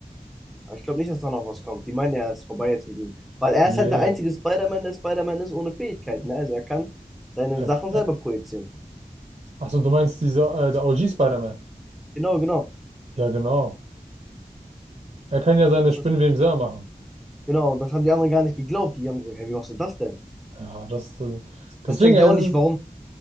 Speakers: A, in the centre; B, on the right.
A: Aber ich glaube nicht, dass da noch was kommt. Die meinen ja, es ist vorbei jetzt mit ihm. Weil er
B: Nee.
A: ist halt der einzige Spider-Man, der Spider-Man ist ohne Fähigkeiten. Ne? Also er kann seine
B: Hef-
A: Sachen
B: äh,
A: selber projizieren.
B: Achso, du meinst diese, äh, der OG Spider-Man?
A: Genau, genau.
B: Ja, genau. Er kann ja seine
A: Das
B: Spinnenweben
A: ist,
B: selber machen.
A: genau, und das haben die anderen gar nicht geglaubt. Die haben gesagt, hey, wie machst du das denn?
B: Ja, das, das deswegen,
A: Das checke ich
B: es
A: auch nicht, warum.
B: ist,